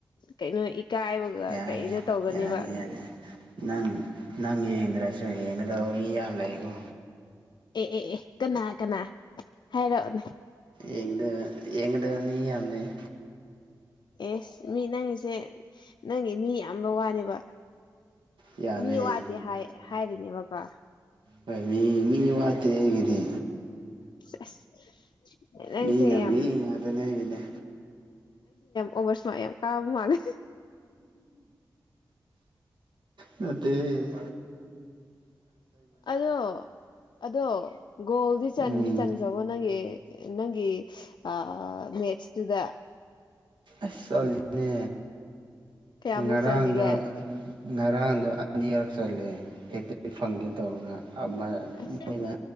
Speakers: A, on the left; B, on the right.
A: ꯀꯩꯅꯣ ꯏꯀꯥꯏꯕꯒ
B: ꯌꯥꯔꯦ
A: ꯀꯩꯅꯣ ꯇꯧꯒꯅꯦꯕ
B: ꯌꯥꯔꯦ ꯌꯥꯔꯦ ꯅꯪ ꯅꯪ ꯌꯦꯡꯗ꯭ꯔꯁꯨ ꯁꯨꯝ ꯌꯦꯡꯒꯗꯕ ꯃꯤ ꯌꯥꯝ ꯂꯩꯀꯣ
A: ꯑꯦ ꯑꯦ ꯑꯦ ꯀꯅꯥ ꯀꯅꯥ ꯍꯥꯏꯔꯛꯑꯣꯅꯦ
B: ꯌꯦꯡꯗ ꯌꯦꯒꯗ ꯃꯤ ꯌꯥꯝ ꯂꯩ
A: ꯏꯁ ꯃꯤ ꯅꯪꯒꯤꯁꯦ ꯅꯪꯒꯤ ꯃꯤ ꯌꯥꯝꯕ ꯋꯥꯅꯦꯕ
B: ꯌꯥꯝꯃꯦ
A: ꯃꯤ ꯋꯥꯠꯇꯦ ꯍꯥꯏ ꯍꯥꯏꯔꯤꯅꯦꯕꯀꯣ
B: ꯍꯣꯏ ꯃꯤ ꯃꯤ ꯋꯥꯇꯦ ꯑꯩꯒꯤꯗꯤ
A: ꯑꯁ ꯅꯪꯁꯦ
B: ꯃꯤꯅ
A: ꯌꯥꯝ
B: ꯃꯤ ꯉꯥꯛꯇꯅꯦ ꯑꯩꯒꯤꯗꯤ
A: ꯑꯣꯕꯔ ꯏꯁꯃꯥꯔꯠ ꯌꯥꯝ ꯀꯥꯕ ꯃꯥꯜꯂꯦ
B: ꯅꯠꯇꯦꯍꯦ
A: ꯑꯗꯣ ꯑꯗꯣ ꯒꯣꯜꯗꯤ ꯆꯟꯗꯤ
B: ꯎꯝ
A: ꯆꯟꯈ꯭ꯔꯕꯣ ꯅꯪꯒꯤ ꯅꯪꯒꯤ ꯑꯥ ꯃꯦꯠꯁꯇꯨꯗ
B: ꯑꯁ ꯆꯜꯂꯤꯅꯦ
A: ꯀꯌꯥꯃꯨꯛ
B: ꯉꯔꯥꯡꯗ
A: ꯆꯟꯒꯦ
B: ꯉꯔꯥꯡꯗꯣ ꯑꯅꯤꯔꯛ ꯆꯜꯂꯦ ꯍꯦꯛꯇ ꯐꯪꯒꯦ ꯇꯧꯔꯒ ꯑ ꯃ
A: ꯑꯁ
B: ꯃꯣꯏꯅ